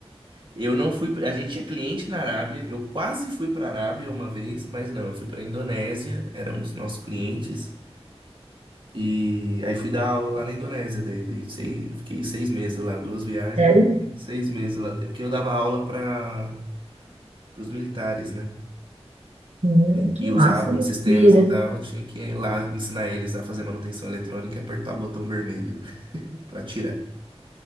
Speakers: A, on the right (about 50°); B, on the right (about 80°).
A: Eu não fui, pra- a gente tinha cliente na Arábia, eu quase fui para a Arábia uma vez, mas não, eu fui para a Indonésia, era um dos nossos clientes. E aí fui dar aula lá na Indonésia, daí daí sei- fiquei seis meses lá, duas viagens,
B: Sério?
A: e seis meses lá, É porque eu dava aula para os militares, né?
B: Hum,
A: E aí que
B: que massa,
A: usavam
B: eu não
A: sistemas
B: sabia. dessa-
A: e tal, eu tinha que ir lá ensinar eles a fazer manutenção eletrônica e apertar o botão vermelho <laughs> para tirar.